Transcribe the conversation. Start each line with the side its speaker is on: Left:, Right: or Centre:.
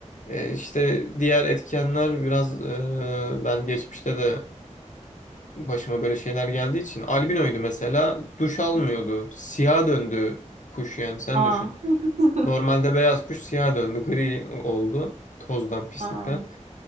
Left: E, işte diğer etkenler biraz e, ben geçmişte de başıma böyle şeyler geldiği için. Albinoydu mesela. Duş almıyordu.
Right: Hı hı.
Left: Siyah döndü kuş yani sen
Right: Aa.
Left: düşün.
Right: <laughs>
Left: Normalde beyaz kuş siyah döndü. Gri oldu. Tozdan, pislikten.
Right: Aa.